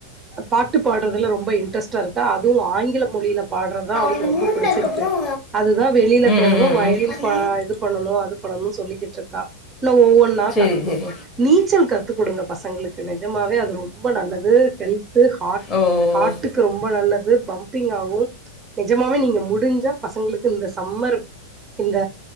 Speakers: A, on the right (about 20°); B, on the left (about 25°).
A: பாட்டு பாடுறதுல ரொம் ப இன்ட்ரெஸ்ட்டா இருக்கா அதுவு ஆங்கில மொழியில பாடுறதா அவளுக்கு
B: இது
A: ரொம்ப
B: மூணுனதுக்கு
A: புடிச்சிருக்கு
B: அப்புறம்
A: அதுதா வெளியில
B: ம்
A: தேடணு
B: ம், ம்
A: வயலின்
B: ம். அது
A: ப இது பண்ணணு அது பண்ணணுன் சொல்லிக்கிட்டுருக்கா ல்ல ஒவ்வொன்னா
B: சரி
A: கத்து குடுக்கனு
B: சரி
A: நீச்சல் கத்து குடுங்க பசங்களுக்கு நெஜமாவே அது ரொம்ப நல்லது ஹெல்து ஹார்ட்
B: ஓ
A: ஹாட்டுக் கு ரொம்ப நல்லது பம்பிங் ஆகும் நெஜமாவே நீங்க முடிஞ்சா பசங்களுக்கு இந்த சம்மர் இந்த